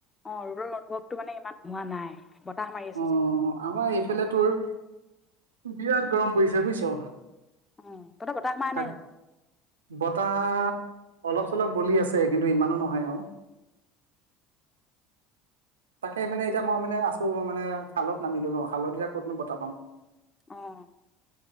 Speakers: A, on the left (about 20°); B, on the right (about 80°).
A: অ', ৰ'দৰ অনুভৱটো মানে ইমান হোৱা নাই, বতাহ মাৰি আছে
B: অ
A: যে।
B: আমাৰ এইফালে তোৰ বিৰাট গৰম পৰিছে বুজিছ।
A: অ', তহঁতৰ বতাহ মাৰা
B: তাক
A: নাই নেকি?
B: বতাহ, অলপ চলপ বলি আছে কিন্তু ইমানো নহয় আৰু। তাকে মানে এতিয়া মই মানে আছো মানে খালত নামিলো ন' খালত এতিয়া ক'তনো বতাহ পাম।
A: অ',